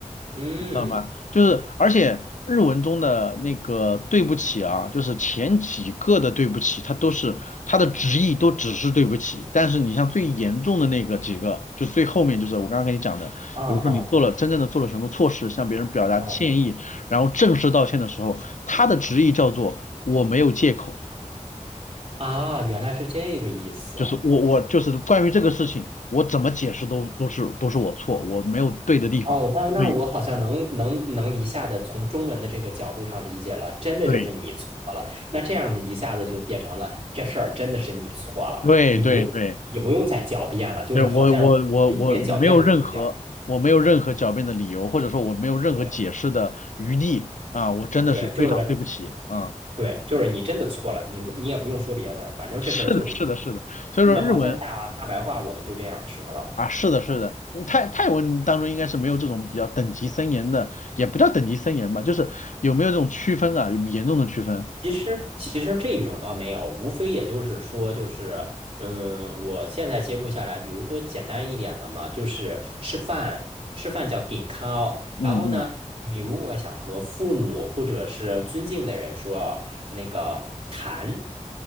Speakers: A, on the right; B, on the left.
A: 嗯，
B: 你知道吗？就是而且日文中的那个对不起啊，就是前几个的对不起，它都是它的直译都只是对不起，但是你像最严重的那个几个，就最后面就是我刚刚跟你讲的，
A: 哦哦
B: 比如说你做了真正的做了什么错事，向别人表达歉意，
A: 哦
B: 然后正式道歉的时候，它的直译叫做我没有借口。
A: 啊，原来是这个意思。
B: 就是我我就是关于这个事情，我怎么解释都都是都是我错，我没有对的地方。
A: 哦，那那我好像能能能一下子从中文的这个角度上理解了，
B: 对
A: 真的就是你错了。
B: 对，
A: 那这样一下子就变成了这事儿真的是你错了，
B: 对对对，
A: 你不用你不用再狡辩了，就是好像哎连狡辩都不用狡。
B: 就是我我我我我没有任何我没有任何狡辩的理由，或者说我没有任何解释的余地啊，
A: 对
B: 我真的是非常对不起啊，
A: 对，就是对，就是你真的错了，你你也不用说别的了，反正这事儿就是你错。
B: <laughs> 是的，是的，是的，所以说日文
A: 那好像大大白话我们就这样说了。
B: 啊，是的，是的，嗯泰泰文当中应该是没有这种比较等级森严的，也不叫等级森严吧，就是有没有这种区分啊，有严重的区分，
A: 其实，其实这一种倒没有，无非也就是说，就是，嗯，我现在接触下来，比如说简单一点的嘛，就是吃饭，吃饭叫 g i n k a
B: 嗯嗯，
A: 然后呢，你如果想和父母或者是尊敬的人说那个谈